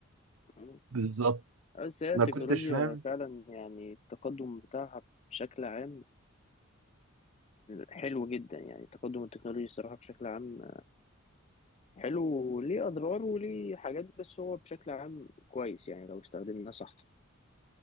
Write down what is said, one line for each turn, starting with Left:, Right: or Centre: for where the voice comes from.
Left: مم.
Right: بالظبط
Left: بس هي
Right: ما
Left: التكنولوجيا
Right: كنتش فاهم
Left: فعلا يعني التقدم بتاعها بشكل عام حلو جدا يعني تقدم التكنولوجيا الصراحه بشكل عام حلو وليه اضرار وليه حاجات بس هو بشكل عام كويس يعني لو استخدمناه صح